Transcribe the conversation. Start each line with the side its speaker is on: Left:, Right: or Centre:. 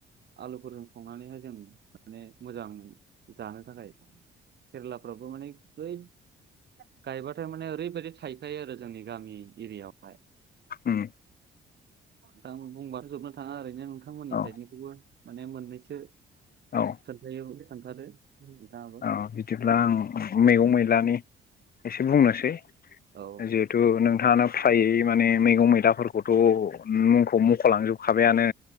Right: आलुफोरजों। संनानैहाय जों माने मोजां जानो थाखाय केरेलाफ्रावबो माने बै। गायबाथाय माने ओरैबायदि थायखायो आरो जोंनि गामि एरियाआवहाय
Left: उम
Right: दां बुंबाथ' जोबनो थाङा ओरैनो नोंथांमोननि
Left: औ
Right: साइदनिखौबो माने मोननैसो। <unintelligible>
Left: औ
Right: खोनथादो नोंथाङाबो
Left: अ बिदिब्ला आं मैगं मैलानि एसे बुंनोसै
Right: औ
Left: जिहेथु नोंथाङानो फ्रायै माने मैगं मैलाफोरखौ खौथ' मुंखौ मख'लांजोबखाबायानो